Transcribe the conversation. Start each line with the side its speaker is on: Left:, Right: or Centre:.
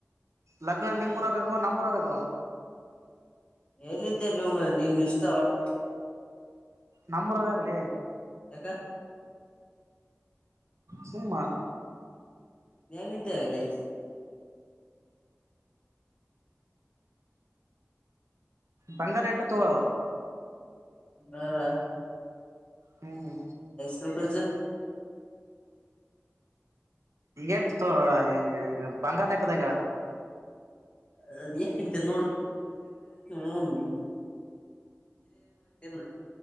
Right: ಲಗ್ನ ನಿಮ್ಮೂರಾಗಾಗವಾ ನಮ್ಮರಾಗಾಗವಾ.
Left: ಎಲ್ಲಿಂದ ಎಲ್ಲೂ ಮರಾಯ ನಿನ್ ಇಷ್ಟ ಒಟ್ಟ
Right: ನಮ್ಮೂರಗ ಆಗ ಲೇ
Left: ಏಕ್
Right: ಸುಮ್ಮನ
Left: ಏನಿದೆ ಅಲ್ಲಿ
Right: ಬಂಗಾರೇಟ್ ತೊ
Left: ಬೇಡಾ
Right: ಹ್ಮ್
Left: <unintelligible>
Right: ಎಟ್ <unintelligible> ಹಂಗೆ ಬಂಗಾರ್ದಾಕದ ಈಗ
Left: ಆ ಇದ್ ಏನಕ್ ಇದ್ ತಲಿ ನೋವ್ <unintelligible>